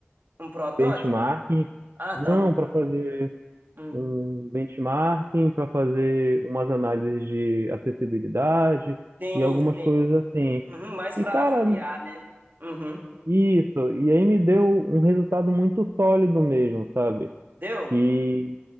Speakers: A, on the right; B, on the right.
A: Um protótipo?
B: benchmarking.
A: Ah,
B: Não,
A: tá, um benchmark.
B: para fazer
A: Hum.
B: um benchmarking, para fazer umas análises de acessibilidade
A: Sim,
B: e algumas
A: sim.
B: coisas assim.
A: Uhum, mas
B: E
A: para
B: cara,
A: avaliar, né? Uhum.
B: isso, e aí me deu um resultado muito sólido mesmo, sabe?
A: Deu?
B: que